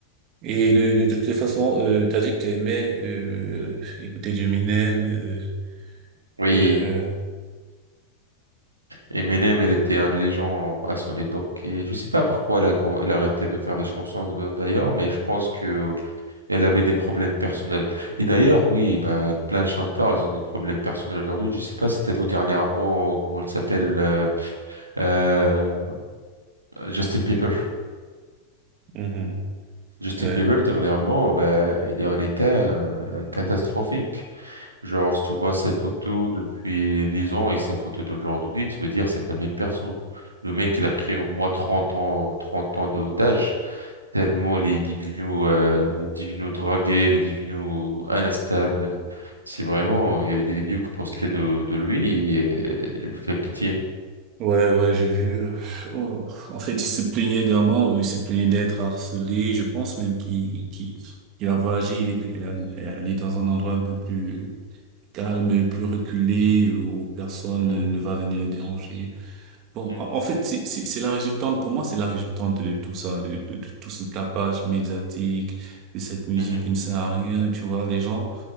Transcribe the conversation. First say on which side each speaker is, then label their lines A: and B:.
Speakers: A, on the right; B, on the right.
A: Et
B: Mm.
A: de, de, de toutes les façons, euh, t'as dit que t'aimais euh, écouter du Minem. Euh,
B: Oui,
A: euh,
B: Eminem, elle était un légende à son époque. Et je sais pas pourquoi elle a, elle a arrêté de faire des chansons, d'ailleurs, mais je pense que Elle avait des problèmes personnels. Et d'ailleurs, oui, bah, plein de chanteurs, ils ont des problèmes personnels aujourd'hui. Je sais pas si t'as vu dernièrement, comment elle s'appelle, euh, euh, Justin Bieber.
A: mhm.
B: Justin
A: Ouais,
B: Bieber, dernièrement, bah, il est en état euh, catastrophique. Genre, si tu vois sa photo depuis 10 ans et sa photo d'aujourd'hui, tu veux dire, c'est pas la même personne. Le mec, il a pris au moins 30 ans, trente ans de- d'âge. tellement les divinos, euh, divinos drogués, les divinos instables. C'est vraiment, il y avait des vidéos qui postaient de, de lui et euh, il fait pitié.
A: ouais, ouais, j'ai vu. euh, oh, En fait, il se plaignait d'un mort, il se plaignait d'être harcelé. Je pense même qu'il qu'il, qu'il a voyagé, il est, il a, il est allé dans un endroit un peu plus calme, plus reculé, où personne
B: Mhm,
A: ne va venir le déranger. Bon,
B: mhm,
A: en en fait, c'est c'est- c'est la résultante, pour moi, c'est la résultante de tout ça, de, de, de tout ce tapage médiatique, de cette musique
B: mhm.
A: qui ne sert à rien, tu vois, les gens,